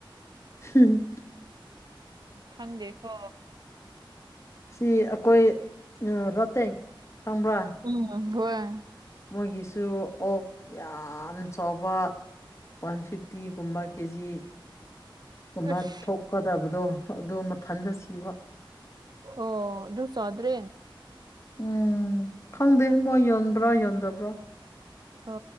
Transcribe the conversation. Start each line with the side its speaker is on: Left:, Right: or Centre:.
Left: ꯎꯝ
Right: ꯈꯪꯗꯦꯀꯣ
Left: ꯁꯤ ꯑꯩꯈꯣꯏ ꯔꯥꯇꯦꯡ ꯈꯪꯕ꯭ꯔꯥ
Right: ꯎꯝ ꯍꯣꯏ
Left: ꯃꯣꯏꯒꯤꯁꯨ ꯑꯣꯛ ꯌꯥꯝ ꯆꯥꯎꯕ ꯋꯥꯟ ꯐꯤꯐꯇꯤꯒꯨꯝꯕ ꯀꯦꯖꯤ ꯑꯃ
Right: ꯑꯁ
Left: ꯊꯣꯛꯀꯗꯕꯗꯣ ꯑꯗꯨ ꯃꯊꯟꯗ ꯁꯤꯕ
Right: ꯑꯣ ꯑꯗꯨꯁꯗ꯭ꯔꯦ
Left: ꯎꯝ ꯈꯪꯗꯦ ꯃꯣꯏ ꯌꯣꯟꯕ꯭ꯔꯥ ꯌꯣꯟꯗꯕ꯭ꯔꯥ
Right: ꯑ